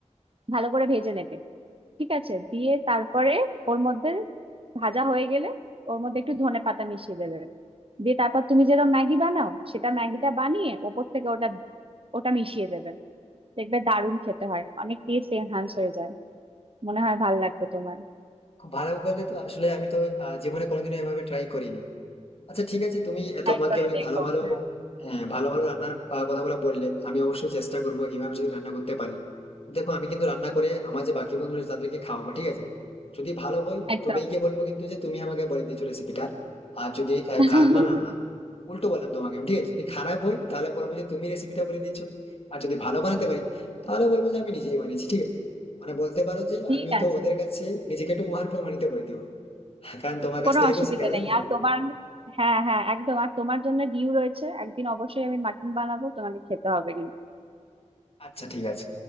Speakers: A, on the right; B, on the left.
A: ভালো করে ভেজে নেবে ঠিক আছে দিয়ে তারপরে ওর মধ্যে ভাজা হয়ে গেলে ওর মধ্যে একটু ধনে পাতা মিশিয়ে দেবে দিয়ে তারপর তুমি যেটা ম্যাগি বানাও সেটা ম্যাগিটা বানিয়ে ওপর থেকে ওটা ওটা মিশিয়ে দেবে দেখবে দারুণ খেতে হয় অনেক টেস্ট এনহান্স হয়ে যায় মনে হয় ভালো লাগবে তোমার
B: খুব ভালো বললে তো আসলে আমি তো আহ, জীবনে কোনোদিনও এভাবে ট্রাই করিনি আচ্ছা ঠিক আছে তুমি এত
A: ট্রাই
B: আমাকে
A: করে
B: অনেক
A: দেখো
B: ভালো ভালো
A: হ্যাঁ
B: হ্যাঁ ভালো ভালো রান্নার আহ, কথাগুলো বললে আমি অবশ্যই চেষ্টা করবো এইভাবে যদি রান্না করতে পারি দেখো আমি কিন্তু রান্না করে আমার যে বাকি বন্ধুরা আছে তাদেরকে খাওয়াবো ঠিক আছে যদি ভালো হয়
A: একদম
B: তবেই গিয়ে বলবো কিন্তু যে তুমি আমাকে বলে দিয়েছো রেসিপিটা আর যদি আহ,
A: <laughs>
B: খা- না না না উল্টো বললাম তোমাকে আমি, ঠিক আছে যদি খারাপ হয় তাহলে বলবো যে তুমি রেসিপিটা বলে দিয়েছো আর যদি ভালো বানাতে পারি তাহলে বলবো যে আমি নিজেই বানিয়েছি ঠিক আছে মানে বলতে পারো যে
A: ঠিক
B: আমি তো
A: আছে
B: ওদের কাছে নিজেকে একটু মহান প্রমাণিত করে দিব কারণ তোমার
A: কোনো
B: কাছ থেকেই
A: অসুবিধা
B: তো শিখা যায়
A: নেই
B: না
A: আর তোমার হ্যাঁ হ্যাঁ একদম আর তোমার জন্য ডিউ রয়েছে একদিন অবশ্যই আমি মাটন বানাবো তোমাকে খেতে হবে কিন্তু
B: আচ্ছা ঠিক আছে